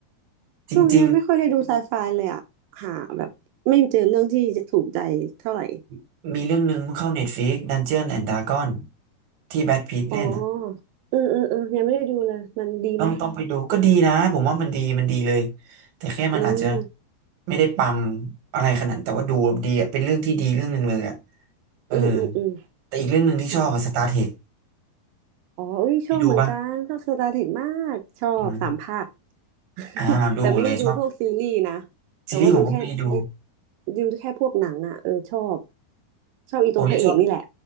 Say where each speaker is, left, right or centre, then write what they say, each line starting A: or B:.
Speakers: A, on the right; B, on the right.
A: จริง
B: ช่วงเนี้ยไม่ค่อยได้ดูไซไฟเลยอะหาแบบไม่เจอเรื่องที่จะถูกใจเท่าไหร่
A: ๆมีเรื่องหนึ่งมันเข้า Netflix Dungeon and Dragon ที่แบทพีทเล่นอะ
B: อ๋อเออเออเออยังไม่ได้ดูเลยมันดีไหม
A: ต้องต้องไปดูก็ดีนะผมว่ามันดีมันดีเลยแต่แค่มันอาจจะ
B: อืม
A: ไม่ได้ปังอะไรขนาดนั้นแต่ว่าดูดีอ่ะเป็นเรื่องที่ดีเรื่องหนึ่งเลยอ่ะเออ
B: อืมอืมอืม
A: แต่อีกเรื่องหนึ่งที่ชอบอะสตาร์เทค
B: อ๋อ อ๋ออุ้ยชอบเหมือนกัน
A: พี่ดูป่ะ
B: ชอบสตาร์เทคมากชอบสามภาค
A: อืม
B: <laughs>
A: อ่าดูหมดเลยชอบ
B: แต่ไม่ได้ดูพวกซีรีส์นะ แต่ว่าดูแค่ไอ้
A: ซีรีส์ผมก็ไม่ได้ดู
B: ดูแค่พวกหนังอ่ะเออชอบชอบอีตัวพระเอกนี่แหละ
A: ผมจะชอบ